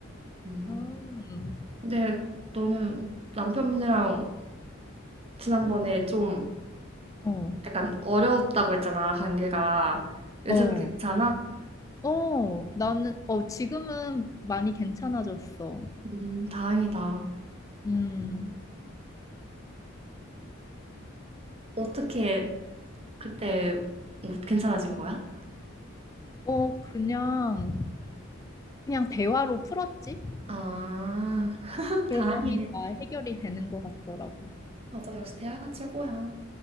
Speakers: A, on the right (about 30°); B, on the left (about 15°).
A: 음.
B: 음.
A: 근데 너는 남편분이랑 지난번에 좀
B: 어,
A: 약간 어려웠다고 했잖아, 관계가. 요즘은
B: 어,
A: 괜찮아?
B: 어, 나는, 어, 지금은 많이 괜찮아졌어.
A: 음, 다행이다.
B: 음,
A: 어떻게 그때 뭐 괜찮아진 거야?
B: 어, 그냥, 그냥 대화로 풀었지?
A: 아,
B: 음,
A: <laughs>
B: 그랬더니
A: 다행이네.
B: 다 해결이 되는 것 같더라고.
A: 맞아, 역시 대화가 최고야.